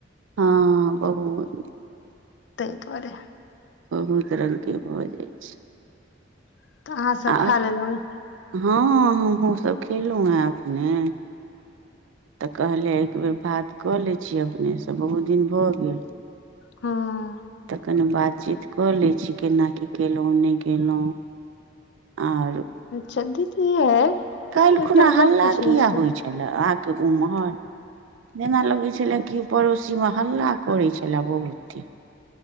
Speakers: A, on the right; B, on the left.
A: हाँ बहुत।
B: तै दुआरे।
A: बहुत रंग के भऽ जाय छै।
B: तऽ अहाँसभ
A: आक
B: खा लेलहुँ
A: हाँ हमु सब खेलौ हेँ अखने। तऽ कहलियै एक बेर बात कऽ लै छियै अपने सँ बहुत दिन भऽ गेल।
B: हां।
A: तऽ कने बात चीत कऽ लै छी केना की कैलौ नै कैलौ। आर
B: अच्छा दीदी यै
A: काएल
B: एकटा
A: खुना
B: गप
A: हल्ला
B: पूछै
A: किया
B: छले
A: होय छला अहाँ के उम्हर जेना लगै छले कियो पड़ोसी मे हल्ला करै छले बहुते।